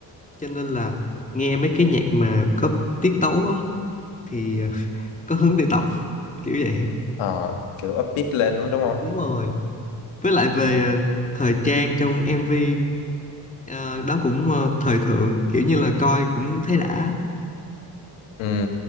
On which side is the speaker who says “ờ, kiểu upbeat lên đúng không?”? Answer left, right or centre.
Left